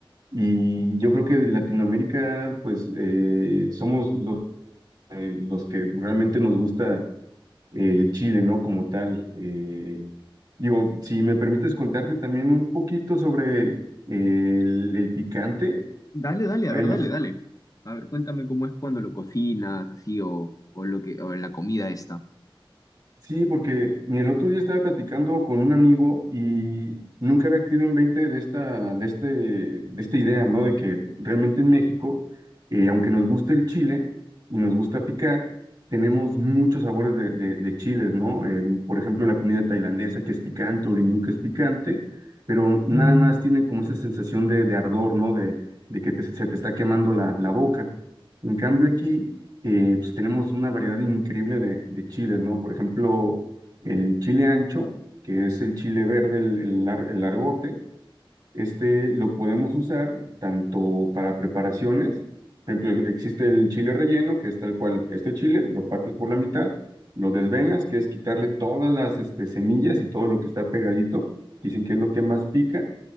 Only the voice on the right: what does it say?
Y yo creo que en Latinoamérica, pues eh, somos los, los que realmente nos gusta el chile, ¿no? Como tal. Eh, digo, si me permites contarte también un poquito sobre el, el picante.
El-
Sí, porque el otro día estaba platicando con un amigo y nunca había caído en 20 de esta, de este, de esta idea, ¿no? De que realmente en México, eh, aunque nos guste el chile y nos gusta picar, tenemos muchos sabores de, de- de chiles, ¿no? Eh, por ejemplo, la comida tailandesa que es picante o la hindú que es picante, pero nada más tiene como esa sensación de, de ardor, ¿no? De, de que te- se te está quemando la, la boca. En cambio aquí eh, pues tenemos una variedad increíble de, de chiles, ¿no? Por ejemplo, el chile ancho, que es el chile verde, el, el lar- el largote, este lo podemos usar tanto para preparaciones, por ejemplo, existe el chile relleno, que es tal cual, este chile lo partes por la mitad, lo desvenas, que es quitarle todas las este, semillas y todo lo que está pegadito, dicen que es lo que más pica,